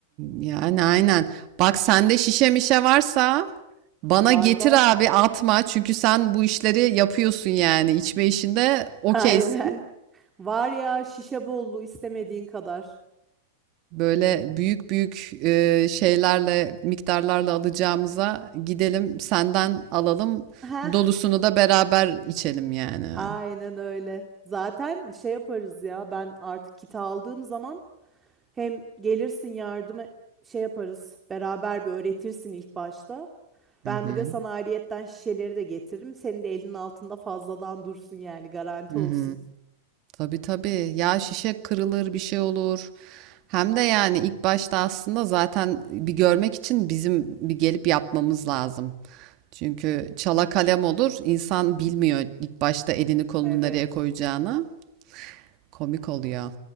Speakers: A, on the right; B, on the right.
A: Yani aynen. Bak sende şişe mişe varsa bana
B: Var
A: getir
B: var.
A: abi atma. Çünkü sen bu işleri yapıyorsun yani. İçme işinde okeysin.
B: <laughs> Aynen. Var ya şişe bollu istemediğin kadar.
A: Böyle büyük büyük e, şeylerle, miktarlarla alacağımıza gidelim senden alalım.
B: Heh,
A: Dolusunu da beraber içelim yani.
B: aynen öyle. Zaten şey yaparız ya ben artık kiti aldığım zaman hem gelirsin yardıma şey yaparız beraber bir öğretirsin ilk başta.
A: Hı
B: Ben
A: hı.
B: bir de sana ayrıyetten şişeleri de getiririm. Senin de elinin altında fazladan dursun yani garanti
A: Hı
B: olsun.
A: hı. Tabii tabii. Ya şişe kırılır bir şey olur. Hem de yani ilk başta aslında zaten bir görmek için bizim bir gelip yapmamız lazım. Çünkü çala kalem olur. İnsan bilmiyor ilk başta elini kolunu
B: Evet.
A: nereye koyacağını. Komik oluyor.